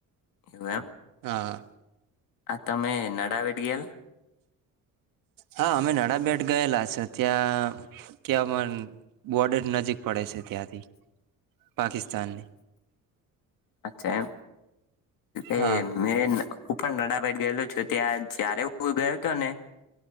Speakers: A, on the left; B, on the right.
A: એવું એમ
B: હા
A: આ તમે નડાાવેટ ગયાલા
B: હા અમે નાણા બેેટ ગયેલા છે ત્યાં ક્યામ બોર્ડર નજીક પડે છે ત્યાંથી પાકિસ્તાનને
A: અચ્છા એમ એ
B: હા
A: મેં હું પણ નડાભાઈદ ગયેલો છું ત્યાં જ્યારે હું ગયો હતો ને